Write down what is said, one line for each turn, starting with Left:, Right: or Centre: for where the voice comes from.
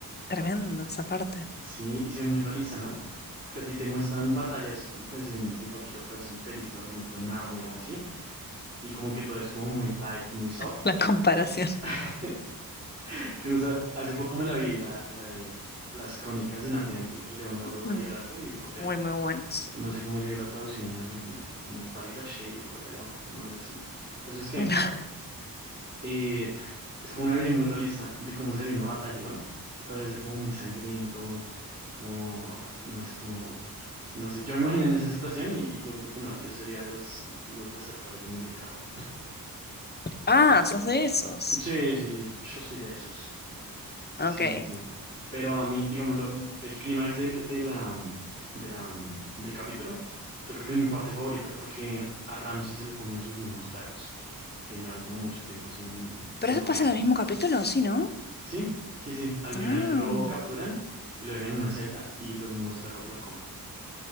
Left: Tremenda esa parte.
Right: Sí, y se ve muy realista, ¿no? Porque a ti te muestran batallas, pues en, en cualquier otra película, por ejemplo en Narnia o así, y como que todo es como muy light, muy soft.
Left: <laughs> La comparación.
Right: <laughs> Que justo hace poco me la vi, la, la de las crónicas de Narnia, el león, la bruja
Left: Mm.
Right: y el largo y el ropero.
Left: Muy, muy buenos.
Right: No sé cómo llegué a la traducción en Argentina, será como el Bariloche y el ropero o algo así. El caso es que
Left: <laughs>
Right: eh, es como una visión muy realista de cómo sería una batalla, ¿no? O sea, todo debe ser como muy sangriento, como, no sé, como, no sé. Yo me imagino en esa situación y yo creo que no, yo sería de los, los desertores, yo me iría al carajo.
Left: Ah, sos de esos.
Right: Sí, sí, yo soy de esos.
Left: Ok.
Right: Sí, sí, sí. Pero a mí, digamos, lo- el clímax del, de la, de la, del capítulo, yo creo que es mi parte favorita porque a Ramsey se lo comen sus mismos perros, que llevan como mucho tiempo sin, sin
Left: ¿Pero eso
Right: comer.
Left: pasa en el mismo capítulo? Sí, ¿no?
Right: Sí, sí, sí. Al final
Left: Ah.
Right: que lo capturan y lo dejan en una celda y los mismos perros se lo comen.